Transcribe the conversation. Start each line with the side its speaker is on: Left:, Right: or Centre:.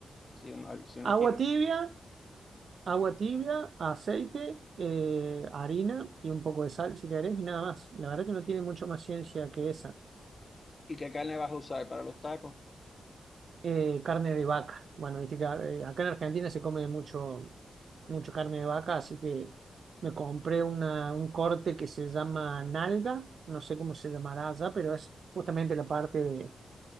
Left: si uno, si uno
Right: Agua
Left: quiere.
Right: tibia, agua tibia, aceite, eh, harina y un poco de sal si querés y nada más. La verdad que no tiene mucho más ciencia que esa.
Left: ¿Y qué carne vas a usar para los tacos?
Right: eh, carne de vaca. Bueno, viste que eh, acá en Argentina se come mucho, mucho carne de vaca, así que me compré una, un corte que se llama nalga, no sé cómo se llamará allá, pero es justamente la parte de,